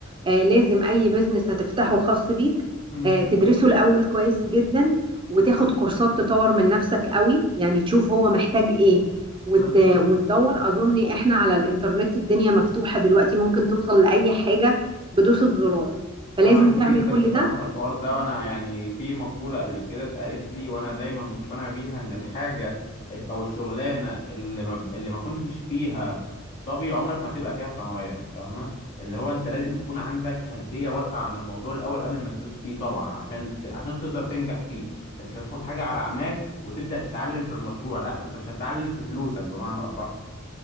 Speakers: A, on the right; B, on the left.
A: آه لازم اي بزنس هتفتحه خاص بيك
B: امم
A: آه تدرسه الاول كويس جدا وتاخد كورسات تطور من نفسك قوي يعني تشوف هو محتاج ايه وت...
B: بالظبط
A: وتدور اظن احنا على الانترنت الدنيا مفتوحة دلوقتي ممكن توصل لأي حاجة بدوسة زرار فلازم
B: انا معاك
A: تعمل
B: جدا
A: كل
B: بصراحه
A: ده
B: في الحوار ده وانا يعني في مقوله قبل كده اتقالت لي وانا دايما مقتنع بيها ان الحاجه او الشغلانه اللي ما اللي ما كنتش فيها طبي عمرك ما هتبقى فيها صنايعي فاهمه اللي هو انت لازم تكون عندك خلفيه واسعه عن الموضوع الاول قبل ما تدوس فيه طبعا عشان ت... عشان تقدر تنجح فيه انت مش هتدخل حاجه على عماك وتبدا تتعلم في المشروع لا انت مش هتتعلم في فلوسك بمعنى اصح